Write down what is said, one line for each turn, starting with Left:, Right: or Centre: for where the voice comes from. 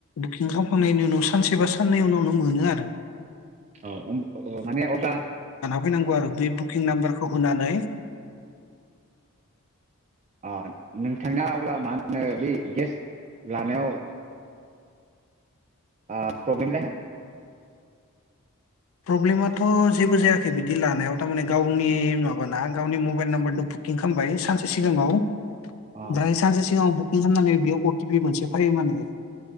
Left: बुकिं खामखांनायनि उनाव सानसेबा साननै उनावनो मोनो नो आरो।
Right: औ अम अ माने अब्ला
Left: होनांगौ आरो बै बुकिं नाम्बारखौ होनानै
Right: आ नोंथांना अब्ला मा होनो बे गेस लानायाव आ प्रब्लेम जाया?
Left: प्रब्लेमाथ' जेबो जायाखै बिदि लानायाव थारमाने गावनि माबाना गावनि मबाइल नाम्बारदो बुकिं खामबाय सानसे सिगाङाव। आमफ्राय
Right: अ
Left: सानसे सिगाङाव बुक किं खामनानै बेयाव अ टि पि मोनसे फायो माने।